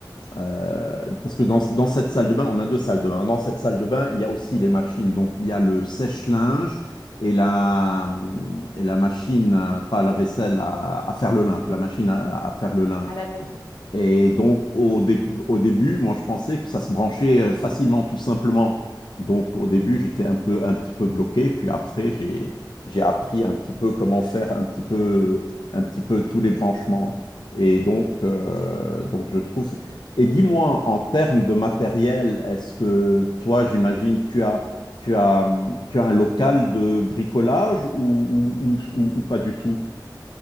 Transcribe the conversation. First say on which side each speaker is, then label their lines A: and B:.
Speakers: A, on the left; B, on the left.
A: euh, parce que dans, dans cette salle de bain, on a deux salles de bain. Dans cette salle de bain, il y a aussi les machines. Donc, il y a le sèche-linge et la, hum, et la machine, euh, pas la vaisselle, à, à faire le linge, la machine à, à faire le linge.
B: à laver. Mmh
A: Et donc, au, dé- au début, moi, je pensais que ça se branchait euh, facilement, tout simplement. Donc, au début, j'étais un peu, un petit peu bloqué. Puis après, j'ai, j'ai appris un petit peu comment faire un petit peu, un petit peu tous les branchements. Et donc, euh, donc je trouve. Et dis-moi, en termes de matériel, est-ce que toi, j'imagine, tu as, tu as, tu as un local de bricolage ou, ou, ou, ou- ou pas du tout?